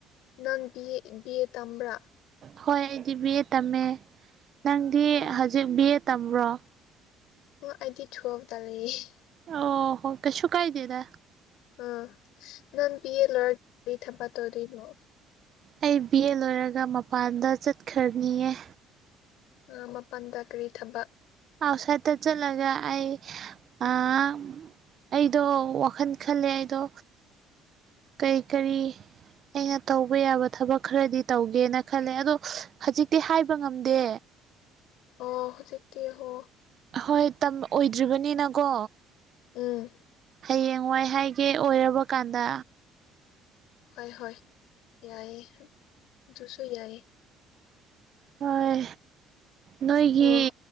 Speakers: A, on the left; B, on the right.
A: ꯅꯪ ꯕꯤ ꯑꯦ ꯕꯤ ꯑꯦ ꯇꯝꯕ꯭ꯔꯥ
B: ꯍꯣꯏ ꯑꯩꯗꯤ ꯕꯤ ꯑꯦ ꯇꯝꯃ‌ꯦ ꯅꯪꯗꯤ
A: ꯑꯣ
B: ꯍꯥꯖꯤꯛ ꯕꯤ ꯑꯦ ꯇꯝꯕ꯭ꯔꯣ
A: ꯑꯣ ꯑꯩꯗꯤ ꯊꯨꯋꯦꯜꯐ ꯇ ꯂꯩꯌꯦ
B: ꯑꯣ ꯍꯣ ꯀꯩꯁꯨ ꯀꯥꯏꯗꯦꯗꯥ
A: ꯑꫭ ꯅꯪ ꯕꯤꯑ‌ꯦ ꯂꫭꯔꯗꯤ ꯀꯥꯔꯤ ꯊꯕꯥꯛ ꯇꯧꯗꫭꯏꯅꫭ
B: ꯑꯩ ꯕꯤ ꯑꯦ ꯂꯣꯏꯔꯒ ꯃꯄꯥꯟꯗ ꯆꯠꯈ꯭ꯔꯅꯤꯌ‌ꯦ
A: ꯑꯥ ꯃꯄꯥꯟꯗ ꯀꯔꯤ ꯊꯥꯕꯛ
B: ꯑꯥꯎꯁꯥꯏꯠꯇ ꯆꯠꯂꯒ ꯑꯩ ꯑꯥ ꯑꯩꯗꯣ ꯋꯥꯈꯜ ꯈꯜꯂꯦ ꯑꯩꯗꯣ ꯀꯩ ꯀꯔꯤ ꯑꯩꯅ ꯇꯧꯕ ꯌꯥꯕ ꯊꯕꯛ ꯈꯔꯗꯤ ꯇꯧꯒꯦ ꯒꯦꯅ ꯈꯜꯂꯦ ꯑꯗꯣ ꯍꯧꯖꯤꯛꯇꯤ ꯍꯥꯏꯕ ꯉꯝꯗꯦ
A: ꯑꫭ ꯍꯧꯖꯤꯛꯇꯤ ꯍꯣ
B: ꯍꯣꯏ ꯇꯝ ꯑꯣꯏꯗ꯭ꯔꯤꯕꯅꯤꯅꯀꯣ
A: ꯎꯝ
B: ꯍꯌꯦꯡꯋꯥꯏ ꯍꯥꯏꯒꯦ ꯑꯣꯏꯔꯥꯕ ꯀꯥꯟꯗ
A: ꯍꯣꯏ ꯍꯣꯏ ꯌꯥꯏꯌ‌ꯦ ꯑꯗꯨꯁꯨ ꯌꯥꯏꯌꯦ
B: ꯍꯣꯏ ꯅꯣꯏꯒꯤ
A: ꯑꯣ